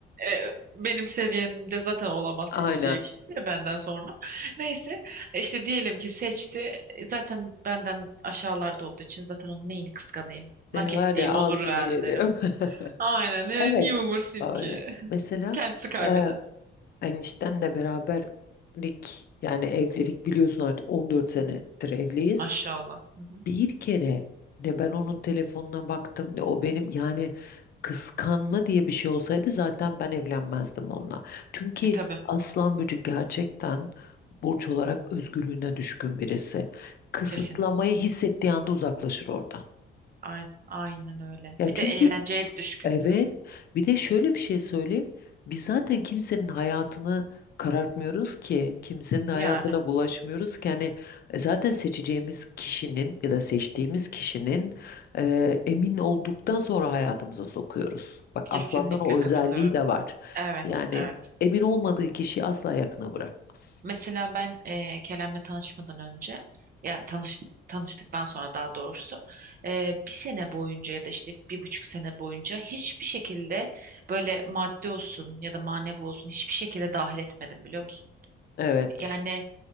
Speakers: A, on the right; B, on the left.
A: e, benim seviyemde zaten olamaz
B: Aynen.
A: seçecek de benden sonra. Neyse e, işte diyelim ki seçti. E, Zaten benden aşağılarda olduğu için zaten onun neyini kıskanayım? Hak
B: Seni
A: ettiği
B: var ya altını
A: odur yani
B: yerim.
A: derim.
B: <laughs>
A: Aynen. e,
B: Evet,
A: Niye umursayım
B: öyle.
A: ki?
B: Mesela
A: Kendisi kaybeder.
B: e, eniştenle beraberlik yani evlilik biliyorsun artık 14 senedir evliyiz.
A: Maşallah. Hı hı.
B: bir kere ne ben onun telefonuna baktım ne o benim yani kıskanma diye bir şey olsaydı zaten ben evlenmezdim onunla. Çünkü
A: E, tabii.
B: Aslan Burcu gerçekten burç olarak özgürlüğüne düşkün birisi. Kısıtlamayı
A: Kesinlikle.
B: hissettiği anda uzaklaşır oradan.
A: Aynen, aynen öyle.
B: Ya
A: Bir
B: çünkü
A: de eğlenceye de düşkündür.
B: Evet. Bir de şöyle bir şey söyleyeyim. Biz zaten kimsenin hayatını karartmıyoruz ki, kimsenin hayatına
A: Yani.
B: bulaşmıyoruz ki. Hani e, zaten seçeceğimiz kişinin ya da seçtiğimiz kişinin e, emin olduktan sonra hayatımıza sokuyoruz. Bak
A: Kesinlikle
B: aslandan o
A: katılıyorum.
B: özelliği de var.
A: Evet,
B: Yani
A: evet.
B: emin olmadığı kişiyi asla yakına bırakmaz.
A: Mesela ben e, Kerem'le tanışmadan önce, yani tanış, tanıştıktan sonra daha doğrusu, e, bir sene boyunca ya da işte bir buçuk sene boyunca hiçbir şekilde böyle maddi olsun ya da manevi olsun hiçbir şekilde dahil etmedim biliyor musun?
B: Evet,
A: Yani